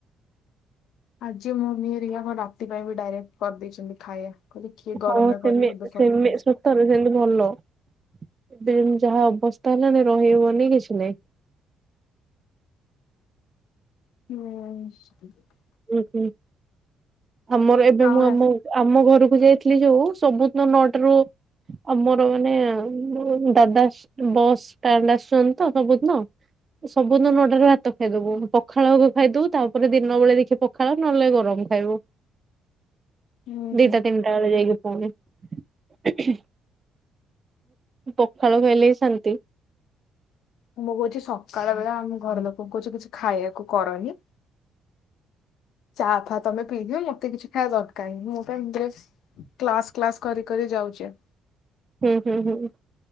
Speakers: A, on the left; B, on the right.
A: ଆଜି ମୋମି ହେରିକା କଣ ରାତି ପାଇଁ ବି ଡାଇରେକ୍ଟ କରିଦେଇଛନ୍ତି ଖାଇବା କହିଲେ କିଏ ଗରମରେ
B: ହଁ ସେମି
A: କରିବ ଏବେ କରିକି
B: ସେମି ସତରେ ସେମିତି ଭଲ। ଏବେ ଯାହା ଅବସ୍ଥା ହେଲାଣି ରହିିବନି କିଛି ନହିଁ।
A: ହୁଁ।
B: ହୁଁ ହୁଁ। ଆମର ଏବେ
A: ଆଉ
B: ମୁଁ ଆମ ଆମ ଘରକୁ ଯାଇଥିଲି ଯୋଉ ସବୁଦିନ ନଅଟାରୁ ଆଉ ମୋର ମାନେ ଦାଦାସ୍ ବସ୍ ଷ୍ଟାଣ୍ଡ ଆସୁଛନ୍ତି ତ ସବୁଦିନ ସବୁଦିନ ନଟାରୁ ଭାତ ଖାଇଦବୁ। ପଖାଳ ହବ ଖାଇଦଉ ତାପରେ ଦିନ ବେଳେ ଦେଖି ପଖାଳ ନହେଲେ ଗରମ ଖାଇବୁ।
A: ହୁଁ
B: ଦିଟା
A: ହୁଁ।
B: ତିନିଟା ବେଳେ ଯାଇକି ପୁଣି ପଖାଳ ଖାଇଲେ ହଁ ଶାନ୍ତି।
A: ମୋ ବଉ କହୁଛି ସକାଳ ବେଳେ ଆମ ଘର ଲୋକଙ୍କୁ କହୁଛି କିଛି ଖାଇବାକୁ କରନି। ଚା ଫା ତମେ ପିଇ ଦିଅ ମତେ କିଛି ଖାଇବା ଦରକାର ନାହିଁ ମୋ ପାଇଁ <inaudible> କ୍ଲାସ କ୍ଲାସ୍ କରି କରି ଯାଉଛି।
B: ହୁଁ ହୁଁ ହୁଁ।